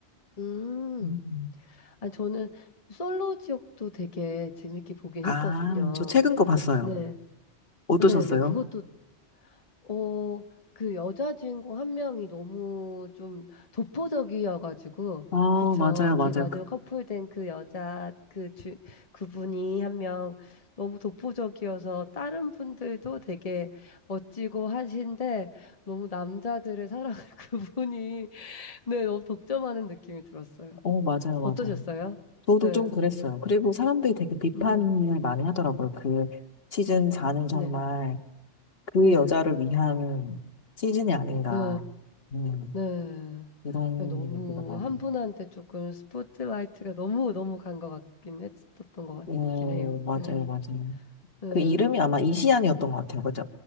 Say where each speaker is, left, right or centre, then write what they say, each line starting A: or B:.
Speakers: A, on the left (about 30°); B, on the left (about 55°).
A: 음.
B: 음.
A: 아, 저는 솔로 지옥도 되게 재밌게 보긴
B: 아,
A: 했거든요.
B: 저 최근 거 봤어요.
A: 네.
B: 어떠셨어요?
A: 어, 네네. 그것도 어, 그 여자 주인공 한 명이 너무 좀 독보적이어가지고,
B: 어,
A: 그쵸.
B: 맞아요 맞아요.
A: 제 마지막
B: 그-
A: 커플된 그 여자, 그 주, 그분이 한 명 너무 독보적이어서 다른 분들도 되게 멋지고 하신데, 너무 남자들의 사랑을 <laughs> 그분이, 네, 너무 독점하는 느낌이 들었어요.
B: 어, 맞아요 맞아요.
A: 어떠셨어요?
B: 저도
A: 네.
B: 좀 그랬어요. 그리고 사람들이 되게 비판을
A: 음,
B: 많이 하더라고요. 그 시즌 4는 정말
A: 네,
B: 그
A: 네,
B: 여자를 위한 시즌이 아닌가.
A: 네,
B: 음,
A: 네. 네.
B: 이런
A: 네, 너무
B: 얘기가 많이
A: 한
B: 나요.
A: 분한테 조금 스포트라이트가 너무 너무 간 것 같긴 했었던 것 같긴
B: 오,
A: 해요.
B: 맞아요,
A: 예.
B: 맞아요.
A: 예.
B: 그 이름이 아마 이시안이었던 것 같아요. 그죠?